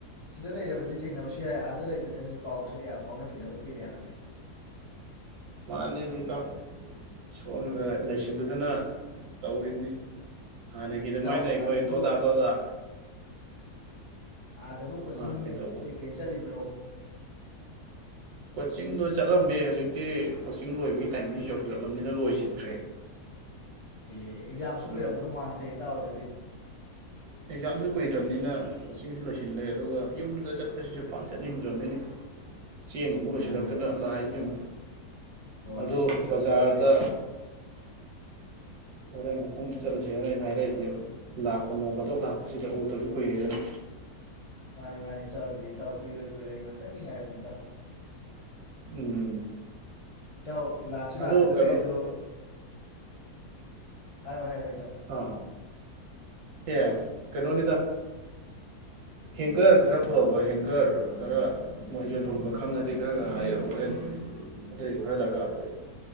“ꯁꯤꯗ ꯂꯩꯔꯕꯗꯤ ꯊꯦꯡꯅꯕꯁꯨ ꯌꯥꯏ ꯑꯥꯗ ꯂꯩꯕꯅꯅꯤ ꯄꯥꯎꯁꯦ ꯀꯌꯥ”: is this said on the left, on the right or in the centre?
Left